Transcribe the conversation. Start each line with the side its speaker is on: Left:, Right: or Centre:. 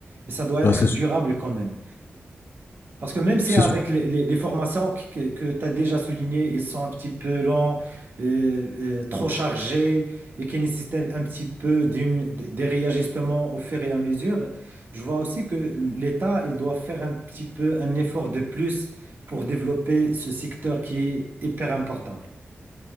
Right: Et ça doit
Left: Bah,
Right: être
Left: c'est
Right: durable quand même. Parce que même si
Left: c'est
Right: avec les, les- les formations que, que tu as déjà soulignées, ils sont un petit peu longs, euh, euh, trop chargés et qui nécessitent un un petit peu d'une, des réajustements au fur et à mesure, je vois aussi que l'État, il doit faire un petit peu un effort de plus pour développer ce secteur qui est hyper important.